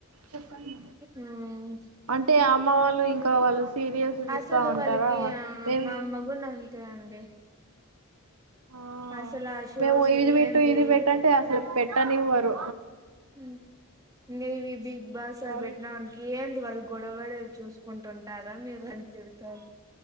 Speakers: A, on the right (about 85°); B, on the right (about 15°).
A: చెప్పండి
B: ఉమ్
A: అంటే అమ్మ వాళ్ళు ఇంకా వాళ్ళు సీరియల్స్ చూస్తా
B: అసలు
A: ఉంటారా
B: వాళ్ళకి
A: మేం
B: మా అమ్మగున అంతే అండి
A: ఆ
B: అసలు ఆ షోస్
A: మేము ఇది పెట్టు
B: ఏంది
A: ఇది పెట్టంటే అసలు పెట్టని ఇవ్వరు
B: ఉ ఎంగేవి బి బాస్
A: వాళ్ళు
B: పెట్టిన వానికి ఏంది వాళ్ళు గొడవడేది చూసుకుంటుంటారా మీరు అని తిడతారు